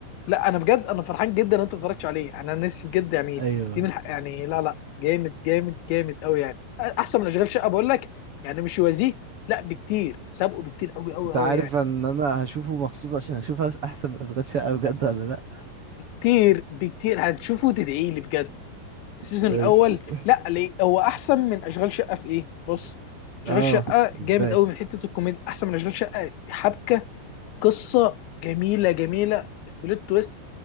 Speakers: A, on the left; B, on the right.
A: لا انا بجد انا فرحان جدا ان انت ما اتفرجتش عليه انا نفسي بجد يعني
B: ايوه
A: دي من حق- يعني لا لا جامد جامد جامد قوي يعني احسن من اشغال شقه بقول لك يعني مش يوازيه لا بكتير سابقه بكتير قوي قوي
B: انت
A: قوي
B: عارف
A: يعني
B: ان انا هشوفه مخصوص عشان اشوف احسن من اشغال شقة بجد ولا لا
A: كتير بكتير هتشوفه تدعي لي بجد السيزون
B: ماشي
A: الاول
B: قشطة.
A: لا ليه هو احسن من اشغال شقه في ايه بص اشغال
B: اه
A: شقه
B: ازاي
A: جامد قوي من حته الكوميديا احسن من اشغال شقه حبكه قصه جميله جميله بلوت تويست